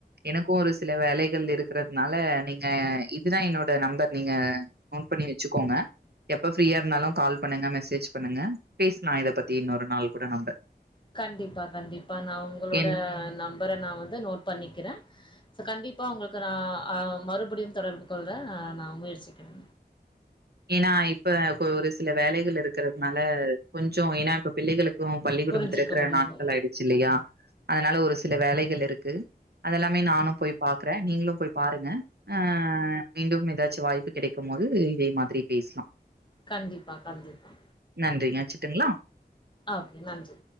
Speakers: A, on the right; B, on the left.
A: எனக்கு ஒரு சில வேலைகள் இருக்கிறதுனால நீங்க இதுதா என்னோட நம்பர் நீங்க நோட் பண்ணி வச்சுக்கோங்க எப்ப ஃப்ரீயா இருந்தாலு கால் பண்ணுங்க மெசேஜ் பண்ணுங்க பேசலா இதை பத்தி இன்னொரு நாள் கூட நம்ப
B: கண்டிப்பா கண்டிப்பா நா உங்களோட
A: ஏன்
B: நம்பர நா வந்து நோட் பண்ணிக்கிற சோ கண்டிப்பா உங்களுக்கு நா ஆ மறுபடியும் தொடர்பு கொள்ற நா முயற்சிக்கிறே
A: ஏனா இப்ப ஒரு சில வேலைகள் இருக்கறதுனால கொஞ்சோ ஏனா இப்ப பிள்ளைகளுக்கு பள்ளிக்கூடம்
B: புரிஞ்சிக்க
A: திறக்கிற
B: முடியுது
A: நாட்கள் ஆயிடுச்சு இல்லையா அதனால ஒரு சில வேலைகள் இருக்கு அதெல்லாமே நானும் போய் பாக்கற நீங்களு போய் பாருங்க ஆ மீண்டும் ஏதாச்சு வாய்ப்பு கெடைக்கும் போது இதே மா திரி பேசலா
B: கண்டிப்பா கண்டிப்பா
A: நன்றிங்க வெச்சுர்ட்டுங்ளா
B: ஓகே நன்றி